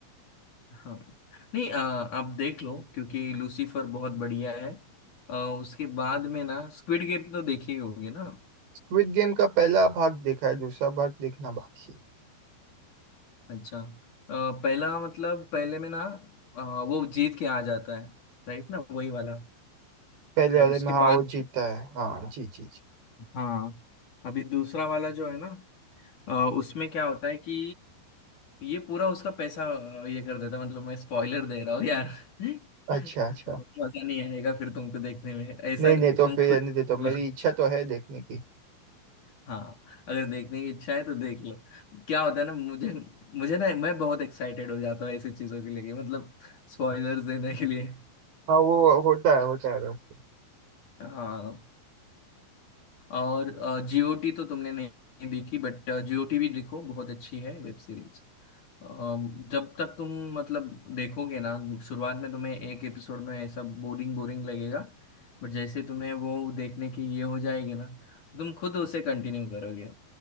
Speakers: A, on the left; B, on the right.
A: हाँ नहीं अ, आप देख लो क्योंकि लूसीफर बहुत बढ़िया है अ, उसके बाद में ना स्क्विड गेम तो देखे ही होंगे ना
B: स्क्विड गेम का पहला भाग देखा है दूसरा भाग देखना बाकी है
A: अच्छा अ, पहला मतलब पहले में ना अ, वो जीत के आ जाता है राइट ना वही वाला
B: पहले
A: और
B: वाले
A: उसके
B: में हाँ
A: बाद
B: वो जीतता है हाँ जी जी जी
A: हाँ अभी दूसरा वाला जो है ना अ, उसमें क्या होता है कि ये पूरा उसका पैसा अ, ये कर देता है मतलब मैं स्पॉइलर दे रहा हूँ यार <laughs>
B: अच्छा अच्छा
A: मजा नहीं आएगा फिर तुमको देखने में ऐसा
B: नहीं नहीं तो
A: तुम
B: फिर
A: खुद
B: रहने देता हूँ।
A: <laughs>
B: मेरी इच्छा तो है देखने की
A: हाँ अगर देखने की इच्छा है तो देख लो क्या होता है ना मुझे मुझे ना मैं बहुत एक्साइटेड हो जाता हूँ ऐसी चीजों के लिए मतलब स्पॉयलर्स देने के लिए
B: हाँ वो होता है होता है वैसे।
A: हाँ और जीओटी तो तुमने नहीं देखी बट जीओटी भी देखो बहुत अच्छी है वेब सीरीज जब तक तुम मतलब देखोगे ना शुरुआत में तुम्हें एक एपिसोड में ऐसा बोरिंग बोरिंग लगेगा बट जैसे तुम्हें वो देखने की ये हो जाएगी ना तुम खुद उसे कंटिन्यू करोगे